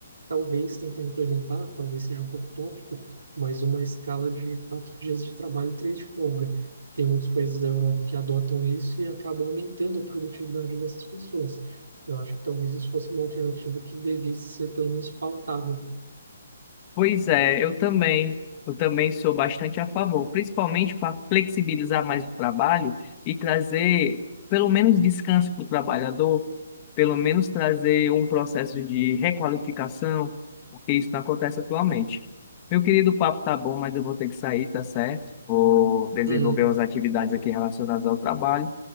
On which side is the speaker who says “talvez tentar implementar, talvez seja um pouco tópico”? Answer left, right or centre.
Right